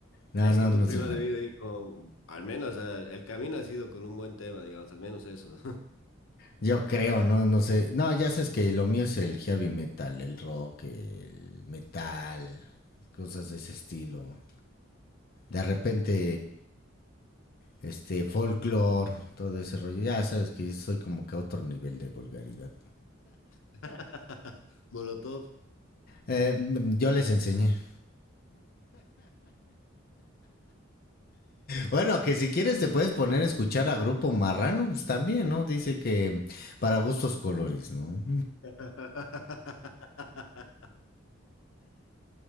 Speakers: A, on the left (about 50°); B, on the left (about 80°).
A: No,
B: es
A: no,
B: que tu
A: no
B: prima
A: soy fan.
B: ha debido ir con, al menos, eh, el camino ha sido con un buen tema, digamos, al menos eso.
A: Yo creo, no, no sé. No, ya sabes que lo mío es el heavy metal, el rock, el metal, cosas de ese estilo.
B: <laughs>
A: De repente, este, folklore, todo ese rollo. Ya sabes que yo soy como que a otro nivel de vulgaridad.
B: <laughs> Molotov.
A: Eh, yo les enseñé. Bueno, que si quieres te puedes poner a escuchar a Grupo Marrano, pues también, ¿no? Dice que para gustos colores, ¿no?
B: <laughs>